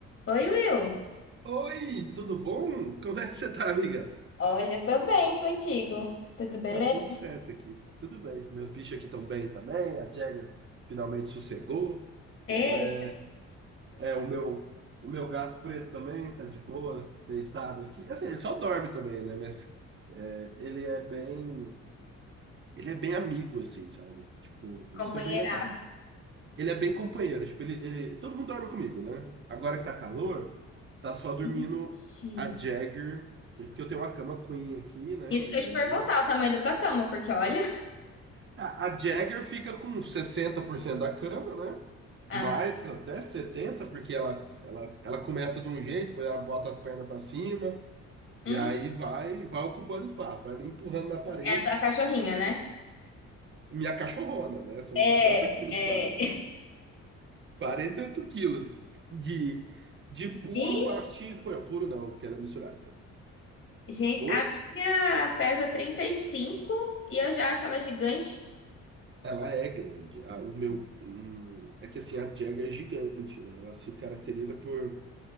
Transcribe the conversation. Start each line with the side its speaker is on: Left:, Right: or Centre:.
Left: Oi, Will.
Right: Oi, tudo bom? Como é que você tá, amiga?
Left: Olha, tô bem contigo. Tudo beleza?
Right: Tá tudo certo aqui, tudo bem. Meus bichos aqui estão bem também. A Jagger finalmente sossegou, que
Left: Ei,
Right: ela é, é o meu, o meu gato preto também tá de boa, deitado aqui. Assim, ele só dorme também, né? Mas é, ele é bem, ele é bem amigo, assim, sabe? Tipo, isso
Left: companheiraço.
Right: é bem legal. Ele é bem companheiro, tipo, ele, ele- todo mundo dorme comigo, né? Agora que tá calor, tá só dormindo
Left: Ixi.
Right: a Jagger, porque eu tenho uma cama queen aqui, né,
Left: Isso
Right: que
Left: que
Right: é
Left: eu
Right: grandinha.
Left: ia te perguntar, o tamanho da tua cama, porque olha.
Right: A, a Jagger fica com 60% da cama, né?
Left: Ah,
Right: Mais até 70%, porque ela, ela, ela começa de um jeito, depois ela bota as pernas pra cima,
Left: hum,
Right: e aí vai, vai ocupando espaço, vai me empurrando na parede.
Left: é a tua cachorrinha, né?
Right: Minha cachorrona, né? São
Left: É,
Right: cinquenta quilos
Left: é.
Right: quase. 48 quilos de, de puro
Left: Ih,
Right: mastim espanhol. Puro não, porque ela é misturada.
Left: gente,
Right: Oito,
Left: a minha pesa 35 e cinco e eu já acho ela gigante.
Right: ela é grande. A- o meu, hum, é que assim, a Jagger é gigante, né? Ela se caracteriza por,